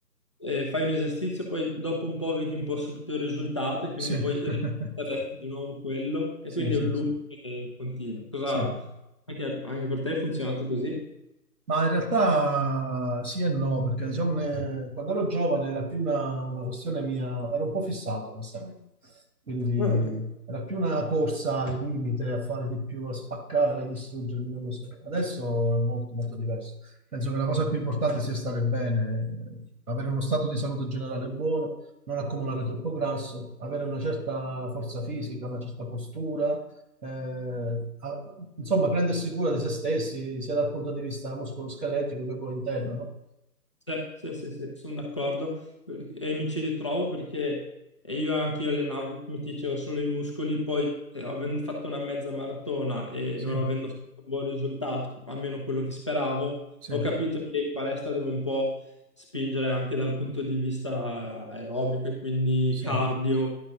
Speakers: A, on the left; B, on the right.
A: eh, fai un esercizio, poi dopo un po' vedi un po' subito il risultato e quindi
B: sì.
A: vuoi ripetere
B: <laughs>
A: di nuovo quello e
B: Sì,
A: quindi
B: sì,
A: è un loop
B: sì.
A: che continua. Cosa
B: Sì.
A: anche, anche per te è funzionato così?
B: Ma in realtà sì e no, perché diciamo ne- quando ero giovane era più una, una questione mia, ero un po' fissato, onestamente. Quindi
A: Ah, ok.
B: era più una corsa al limite, a fare di più, a spaccare, a distruggermi, non lo so. Adesso è molto, molto diverso. Penso che la cosa più importante sia stare bene, avere uno stato di salute generale buono, non accumulare troppo grasso, avere una certa forza fisica, una certa postura, eh, a- insomma, prendersi cura di se stessi, sia dal punto di vista muscoloscheletico che poi interno, no?
A: Sì, sì, sì, sì, sono d'accordo e mi ci ritrovo perché io anche io allenavo, come ti dicevo, solo i muscoli, poi eh, avendo fatto una mezza maratona e
B: Sì,
A: non avendo fatto un buon risultato, almeno quello che speravo,
B: sì,
A: ho capito che in palestra devo un po' spingere anche dal punto di vista aerobico e quindi
B: sì,
A: cardio,